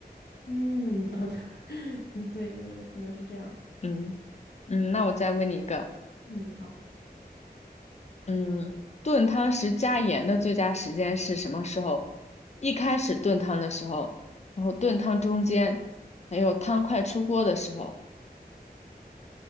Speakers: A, on the left; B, on the left.
A: 嗯，好的，<laughs> 对，有可能是这样。
B: 嗯嗯，那我再问你一个，
A: 嗯，好，
B: 嗯，炖汤时加盐的最佳时间是什么时候？一开始炖汤的时候，然后炖汤中间，还有汤快出锅的时候。